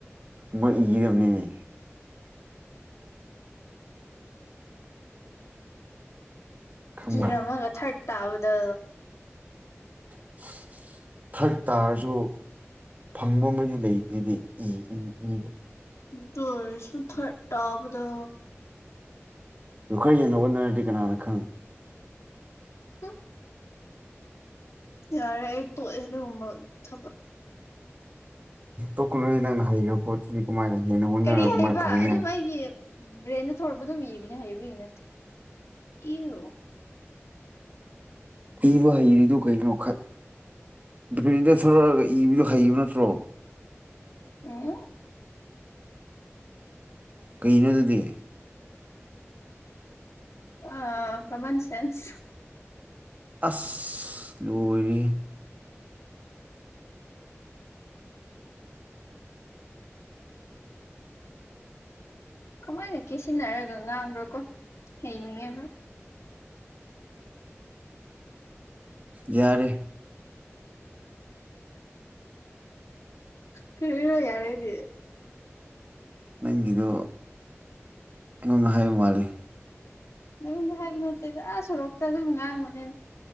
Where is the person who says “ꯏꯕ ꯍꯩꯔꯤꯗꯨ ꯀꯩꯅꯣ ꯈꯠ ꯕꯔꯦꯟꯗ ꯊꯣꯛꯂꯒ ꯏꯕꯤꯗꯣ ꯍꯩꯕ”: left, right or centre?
Right